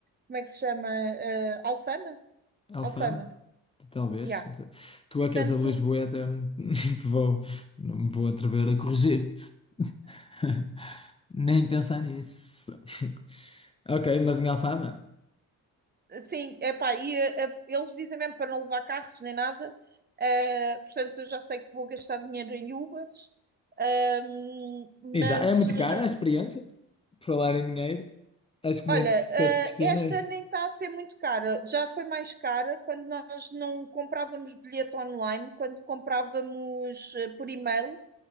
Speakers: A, on the right; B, on the left.
A: Como é que se chama? Uh, Alfama?
B: Alfama?
A: Alfama.
B: Talvez.
A: Yeah.
B: Tu é
A: Portanto,
B: que és a Lisboeta, eu não <laughs> te vou, não me vou atrever a corrigir-te. <laughs> Nem pensar nisso. <laughs> Ok, mas em Alfama?
A: Sim, epá, e eh, eles dizem mesmo para não levar carros nem nada, eh, portanto eu já sei que vou gastar dinheiro em Ubers, Ahm, mas
B: Exato. É muito
A: eh,
B: cara a experiência, por falar em dinheiro. Acho que nem
A: olha,
B: sequer
A: eh,
B: te questionei.
A: esta nem está a ser muito cara, já foi mais cara quando nós não comprávamos bilhete online, quando comprávamos eh, por e-mail,